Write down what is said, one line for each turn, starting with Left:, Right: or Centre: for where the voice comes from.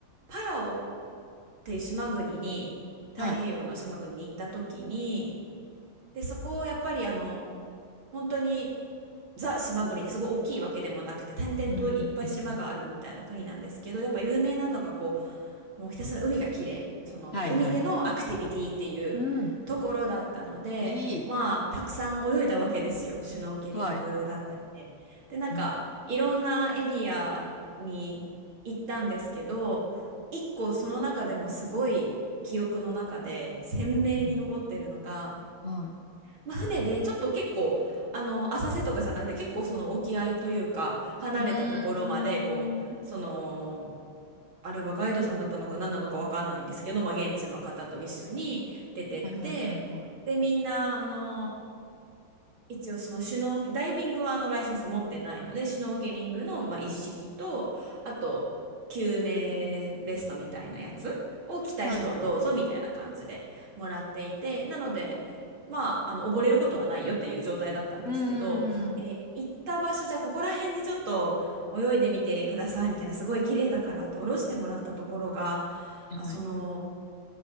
Right: パラオっていう島国に、太平洋の島国に行った時に、
Left: はい。
Right: で、そこをやっぱりあの、本当にザ島国ですごい大きいわけでもなくて点々といっぱい島があるみたいな国なんですけどやっぱ有名なのがこ
Left: うん、うん、うん。うん
Right: うもうひたすら海が綺麗その海でのアクティビティっていうところだったのでまあたくさん泳いだわけですよシュノーケリングだったりで。
Left: はいはいはいはい。うん。いい。はい。
Right: でなんかいろんなエリアに行ったんですけど一個その中でもすごい記憶の中で鮮明に残ってるのが。
Left: うん。うんはい。
Right: まあ、船でちょっと結構あの浅瀬とかじゃなくて結構その沖合というか離れたところまでこうその
Left: うーん。
Right: あれはガイドさんだったのか何なのか分かんないんですけど、まあ、現地の方と一緒に出てってでみんなあの
Left: はいはいはいはい。
Right: 一応そのシュノー、ダイビングはあのライセンス持ってないので、シュノーケリングのまあ一式と、あと救命ベストみたいなやつを着たい人はどうぞみたいな感じでもらっていて、
Left: はい。
Right: なので、まあ、あの溺れることはないよっていう状態だったんですけど、
Left: うー
Right: で行った場所、
Left: ん。
Right: じゃあここら辺でちょっと泳いでみてくださいみたいな、すごい綺麗だからって下ろしてもらったところが、
Left: はい。
Right: あ、その、